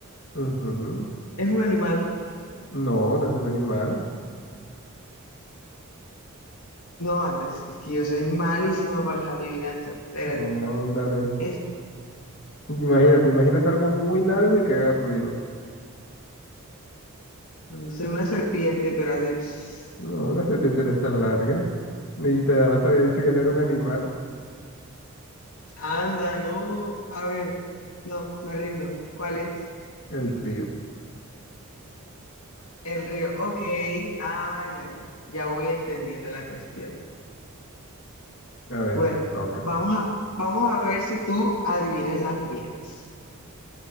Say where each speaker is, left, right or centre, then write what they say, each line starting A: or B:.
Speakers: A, on the left; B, on the left.
A: Ujú.
B: ¿Es un animal?
A: No, no es un animal.
B: No, Andrés, es que yo soy malísima para las adivinanzas. Espérate.
A: No, ándale.
B: Es,
A: Imagínate, imagínate algo muy largo y que haga ruido.
B: no sé, una serpiente, pero hace... pss.
A: No, una serpiente no es tan larga. Y te, además te había dicho que no era un animal,
B: Anda, no. A ver. No, me rindo. ¿Cuál es?
A: el río.
B: El río. Ok. Ah, ya, ya. Ya voy entendiendo la cuestión.
A: A ver,
B: Bueno,
A: toca.
B: vamos a, vamos a ver si tú adivinas las mías.